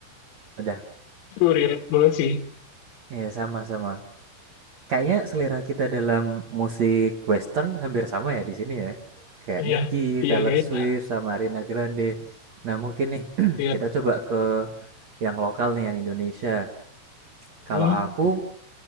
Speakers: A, on the right; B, on the left.
A: Udah,
B: itu real banget sih.
A: ya sama-sama. Kayaknya selera kita dalam musik western hampir sama ya di sini ya. Kayak
B: Iya,
A: Niki,
B: iya
A: Taylor
B: kayaknya.
A: Swift, sama Ariana Grande. Nah mungkin nih <clears throat>
B: Iya.
A: kita coba ke yang lokal nih, yang Indonesia.
B: Hmm,
A: Kalau aku